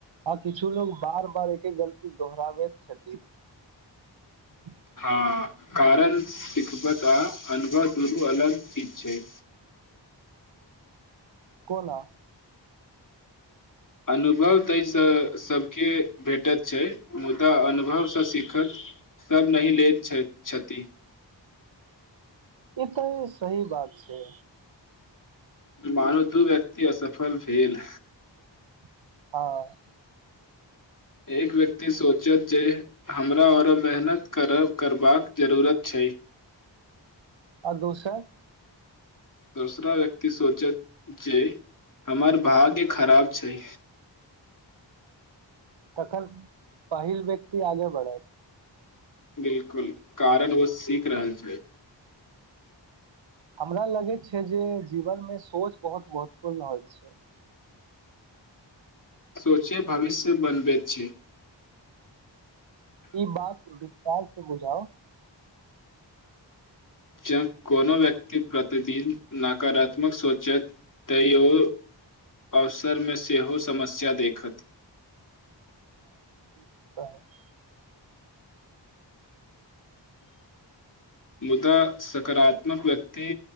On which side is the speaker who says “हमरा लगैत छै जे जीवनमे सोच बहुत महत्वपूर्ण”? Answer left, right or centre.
Right